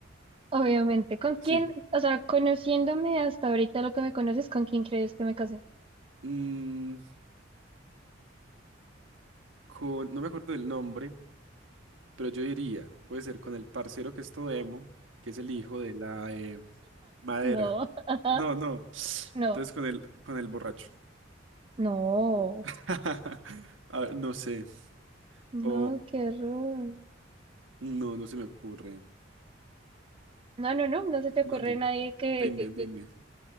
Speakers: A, on the right; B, on the right.
A: obviamente. ¿Con quién?
B: Sí.
A: O sea, conociéndome hasta ahorita lo que me conoces, ¿con quién crees que me casé?
B: Mm, con, no me acuerdo del nombre, pero yo diría, puede ser con el parcero que es todo emo, que es el hijo de la eh, Madera.
A: No, <laughs>
B: No, no.
A: no,
B: Entonces con el, con el borracho.
A: no,
B: <laughs> A ver, no sé.
A: no,
B: O
A: qué horror.
B: no, no se me ocurre.
A: No, no, no, no se te ocurre
B: No, dime,
A: nadie
B: no,
A: que,
B: dime,
A: que- que-
B: dime.